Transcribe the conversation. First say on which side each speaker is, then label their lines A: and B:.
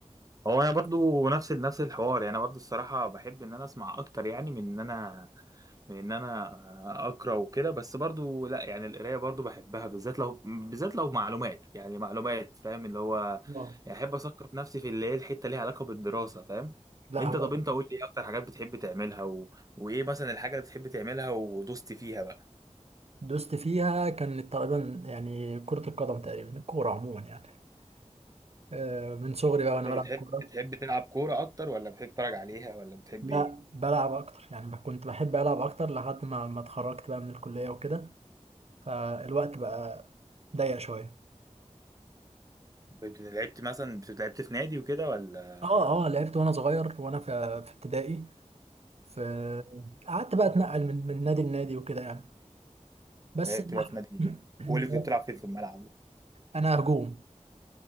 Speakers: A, on the right; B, on the right.
A: هو انا برضو نفس ال- نفس الحوار يعني انا برضو الصراحه بحب ان انا اسمع اكتر يعني من ان انا من ان انا اقرا وكده بس برضو لا يعني القرايه برضو بحبها بالذات لو بالذات لو معلومات يعني معلومات فاهم اللي هو
B: اه
A: يعني احب اثقف نفسي في اللي هي الحته ليها علاقه بالدراسه فاهم
B: لا
A: انت
B: هو
A: طب انت قول لي ايه اكتر حاجات بتحب تعملها و... وايه مثلا الحاجه اللي بتحب تعملها ودوست فيها بقى
B: دوست فيها كانت تقريبا يعني كرة القدم تقريبا الكورة عموما يعني آه، من صغري بقى وأنا
A: انت
B: بلعب
A: بتحب
B: كورة
A: بتحب تلعب كوره اكتر ولا بتحب تتفرج عليها ولا بتحب
B: لا
A: ايه
B: بلعب أكتر يعني ما كنت بحب ألعب أكتر لحد ما ما اتخرجت بقى من الكلية وكده فالوقت بقى ضيق شوية
A: بت- لعبت مثلا بت- لعبت في نادي وكده ولا
B: اه اه لعبت وانا صغير وانا في في ابتدائي فقعدت بقى اتنقل من من نادي لنادي وكده يعني بس
A: لعبت
B: النح-
A: بقى في نادي ايه وقول لي كنت
B: <clears throat>
A: بتلعب فين في الملعب
B: انا هجوم